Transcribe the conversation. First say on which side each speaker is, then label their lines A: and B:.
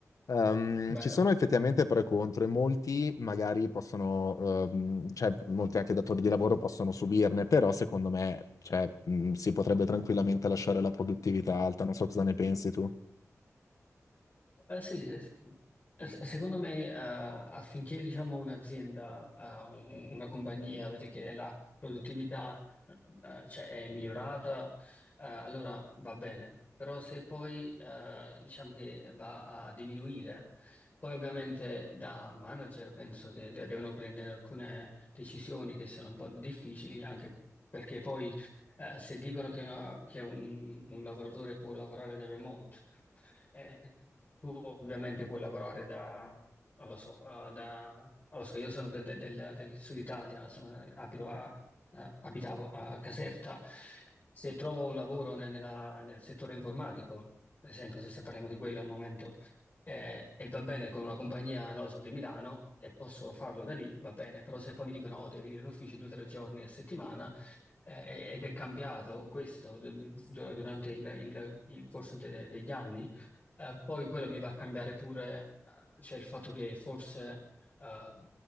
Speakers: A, on the left; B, on the left.
A: Ehm,
B: vero.
A: ci sono effettivamente pro e contro e molti magari possono, ehm, cioè molti anche datori di lavoro possono subirne, però secondo me, cioè, mh, si potrebbe tranquillamente lasciare la produttività alta, non so cosa ne pensi tu.
B: Eh, sì, eh, eh, secondo me eh, affinché diciamo, un'azienda, eh, un- una compagnia, vede che la produttività eh, cioè, è migliorata, eh, allora va bene. Però se poi eh, diciamo che va a diminuire, poi ovviamente da manager penso che de- devono prendere alcune decisioni che sono un po' difficili, anche perché poi eh, se dicono che, una- che un un lavoratore può lavorare da remote, eh, tu ovviamente puoi lavorare da, non lo so, eh, da, non lo so, io sono de- de- del, del sud Italia, sono- abito a- eh, abitavo a Caserta. Se trovo un lavoro ne- nella- nel settore informatico, ad esempio, se, se parliamo di quello al momento, eh, e va bene con una compagnia, non lo so, di Milano, e posso farlo da lì, va bene, però se poi mi dicono, oh, devi venire in ufficio due o tre giorni a settimana, eh, ed è cambiato questo du- du- durante il, il- il corso de- degli anni. Eh, poi quello mi va a cambiare pure, eh, cioè il fatto che forse eh,